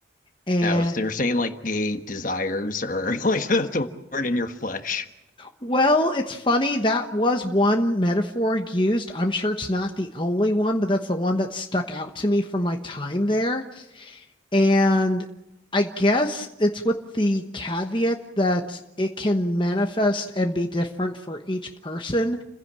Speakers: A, on the left; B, on the left.
A: And
B: Oh, so they are saying like gay desires or <laughs> like the thorn in your flesh.
A: well, it's funny. That was one metaphor used. I'm sure it's not the only one, but that's the one that stuck out to me from my time there. And I guess it's with the caveat that it can manifest and be different for each person.